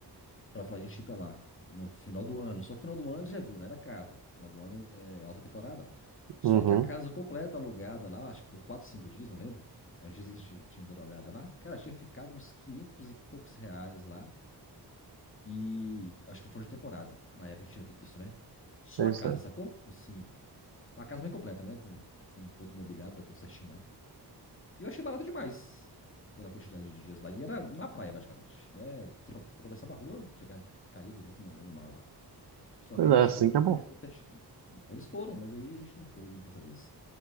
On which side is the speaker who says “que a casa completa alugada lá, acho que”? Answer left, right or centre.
Left